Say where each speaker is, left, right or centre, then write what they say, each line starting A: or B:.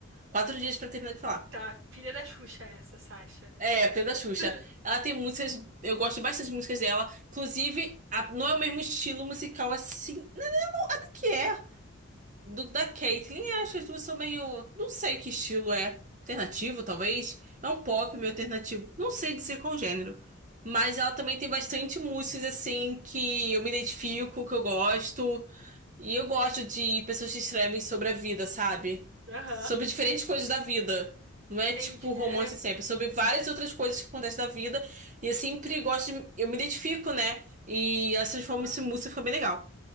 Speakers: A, on the right; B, on the right.
A: quatro dias pra terminar de falar.
B: Tá, filha da Xuxa essa, Sasha.
A: É, Pedro da Xuxa.
B: <laughs>
A: Ela tem músicas, eu gosto bastante das músicas dela. Inclusive, a- não é o mesmo estilo musical assim. Nada que é. do da Caitlyn, eu acho que as duas são meio. Não sei que estilo é. Alternativo, talvez. É um pop meio alternativo. Não sei dizer qual gênero. Mas ela também tem bastante músicas assim que eu me identifico, que eu gosto. E eu gosto de pessoas que escrevem sobre a vida, sabe?
B: Aham,
A: Sobre diferentes coisas da vida. Não é
B: entendi.
A: tipo romance
B: É,
A: sempre, é sobre várias outras coisas que acontecem na vida. E eu sempre gosto de. Eu me identifico, né? E elas transformam
B: aham.
A: isso em música, fica bem legal.